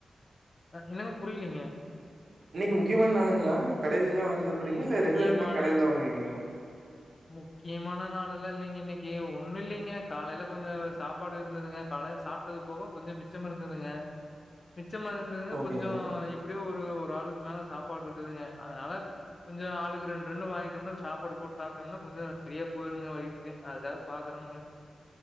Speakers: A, on the left; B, on the right.
A: என்னங்க புரியலீங்க
B: இன்னைக்கு முக்கியமான நாளுங்களா கடையிலல்லாம் வாங்கி சாப்பிடுறீங்க
A: முக்கியமான
B: இல்ல ரெகுலர் நீங்க கடையில தான் வாங்கிருக்கீங்களா
A: முக்கியமான நாள் எல்லாம் இல்லைங்க இன்னைக்கு ஒண்ணும் இல்லைங்க காலையில கொஞ்சம் சாப்பாடு இருந்ததுங்க காலையில சாப்பிட்டது போக கொஞ்சம் மிச்சம் இருந்ததுங்க மிச்சமா இருந்ததுங்க
B: ஓகேங்க.
A: கொஞ்சம் எப்படியோ ஒரு ஆளுக்கு மேல சாப்பாடு இருக்குதுங்க அதனால கொஞ்சம் ஆளுக்கு ரெண்டு ரெண்டு வாங்க சாப்பாடு போட்டு சாப்ட்டு போம்னா கொஞ்சம் நிறைய போயிருங்க வயதுக்கு அதுக்காவ பாக்குறங்க